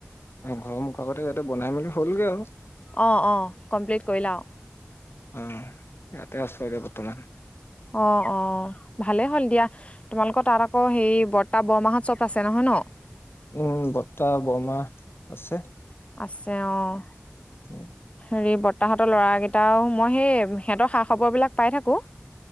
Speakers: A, on the left; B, on the left.
A: ঘৰৰ মুখ আগতে ইয়াতে বনাই মেলি হ'লগে আৰু।
B: অঁ', অঁ' কমপ্লিট কৰিলে অ'।
A: অ' ইয়াতে আছোগে বৰ্তমান।
B: অ', অ' ভালেই হ'ল দিয়া তোমালোকৰ তাত আকৌ হেই বৰ্তা বৰমাহত চ্বপ আছে নহয় ন'?
A: উম বৰ্তা বৰমা আছে।
B: আছে অ'।
A: উম।
B: হেৰি বৰতাহঁতৰ ল'ৰাকেইটাও মই সেই সিহঁতৰ খা খবৰবিলাক পাই থাকোঁ